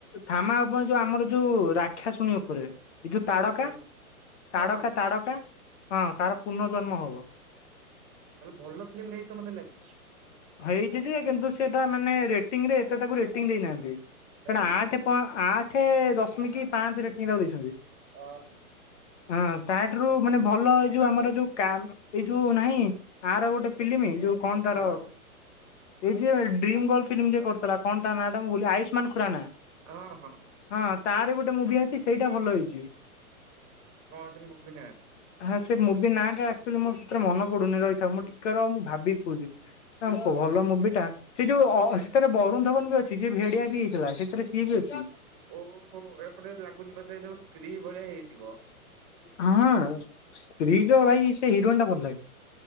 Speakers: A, on the left; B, on the right.
A: ଥାମା ଆଉ ପୁଣି ଯୋଉ ଆମର ଯୋଉ ରାକ୍ଷାଶୁଣୀ ଉପରେ। ଏଇ ଯୋଉ
B: କୋଉ
A: ତାଡକା
B: ଡାକ୍ତର ସାହେବ? ହଁ
A: ତାଡକା ତାଡକା ହଁ ତାର ପୁର୍ନଜନ୍ମ ହବ।
B: ତାହେଲେ ଭଲ ଫିଲ୍ମ ଟେ ହେଇଥିବ ମତେ ଲାଗୁଛି।
A: ହେଇଛି ଯେ କିନ୍ତୁ ସେଟା ମାନେ ରେଟିଂରେ ଏତେ ତାକୁ ରେଟିଂ ଦେଇନାହାନ୍ତି।
B: କାଇଁ
A: ସେଟା ଆଠ ପଏଁ ଆଠ ଦଶମିକ ପାଞ୍ଚ ରେଟିଂଙ୍ଗ୍ ତାକୁ ଦେଇଛନ୍ତି।
B: ଅ ହଁ।
A: ହଁ ତା ଠାରୁ ମାନେ ଭଲ ଏଇ ଯୋଉ
B: ଆକ୍ସନ
A: ଆମର ଯୋଉ କାମ ଏଇ ଯୋଉ ନାହିଁ ଆର ଗୋଟେ ପିଲିମି ଯୋଉ କଣ
B: କାହାର?
A: ତାର ଏ ଯ ଡ୍ରିମ୍ ଗୋଲ ଫିଲ୍ମ ଯିଏ କରିଥିଲା କଣ ତା ନା ଟା ଭୁଲି ଆୟୁଷ୍ମାନ ଖୁରାନା।
B: ହଁ ହଁ।
A: ହଁ ତାର ଗୋଟେ ମୁଭି ଆଇଚି ସେଇଟା ଭଲ ହେଇଛି।
B: କଣ ଏଥିରେ ମୁଭି ନାଁ ଟା?
A: ହଁ ସେ ମୁଭି ନାଁ ଟା ଆକ୍ଚୁଲି ମୋ ସେଥିରେ ମନେ ପଡୁନି ରହିଥା ମୁଁ ଟିକେ ର ମୁଁ ଭାବି କହୁଛି। ନା ଭଲ ମୁଭି ଟା। ସେ ଯୋଉ ସେଥିରେ ବରୁଣ ଧବନ ବି ଅଛି ଯି ଭେଡିଆ ବି ହେଇଥିଲା ସେଥିରେ ସିଏ ବି ଅଛି।
B: ଓହୋ ଏପଟେ ଲାଗୁଛି ବଧେ ଯୋଉ ସ୍ତ୍ରୀ ଭଳିଆ ହେଇଥିବ।
A: ହଁ ସ୍ତ୍ରୀ ଯୋଉ ଭାଇ ସେ ହିରୋଇନ୍ ଟା ଭଲ ଲାଗେ।